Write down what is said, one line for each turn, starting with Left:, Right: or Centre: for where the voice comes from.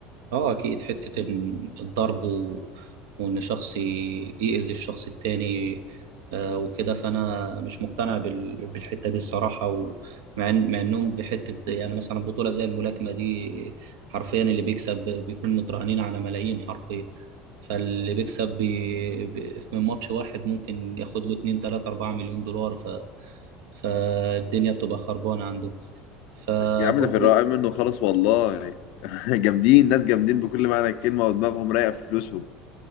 Right: اه اكيد حتة ال- الضرب و... وان شخص ي- يأذي الشخص التاني آه وكده فانا مش مقتنع بال... بالحتة دي الصراحة ومع إن... مع انهم بحتة يعني مثلا بطولة زي الملاكمة دي حرفيا اللي بيكسب بيكون مترهنين على ملايين حرفيا فاللي بيكسب بي... بي... من ماتش واحد ممكن ياخد له 2 3 4 مليون دولار ف... فالدنيا بتبقى خربانة عنده فبرضه
Left: يا عم ده في الرقم منه خالص والله <laughs> جامدين ناس جامدين بكل معنى الكلمه ودماغهم رايقه في فلوسهم